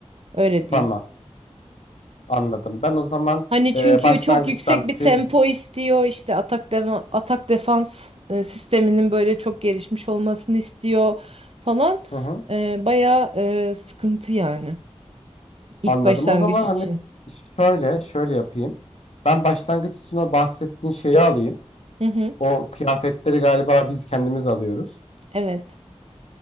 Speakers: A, on the right; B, on the left.
A: Öyle diyeyim.
B: Tamam. Anladım. Ben o zaman
A: Hani çünkü
B: e, başlangıçtan
A: çok yüksek
B: fi-
A: bir tempo istiyor. işte atak deva- atak defans e, sisteminin böyle çok gelişmiş olmasını istiyor falan.
B: hı hı.
A: E, bayağı e, sıkıntı yani ilk
B: Anladım.
A: başlangıç
B: O zaman hani
A: için.
B: şöyle şöyle yapayım. Ben başlangıç için o bahsettiğin şeyi alayım.
A: Hı hı,
B: O kıyafetleri galiba biz kendimiz alıyoruz.
A: evet.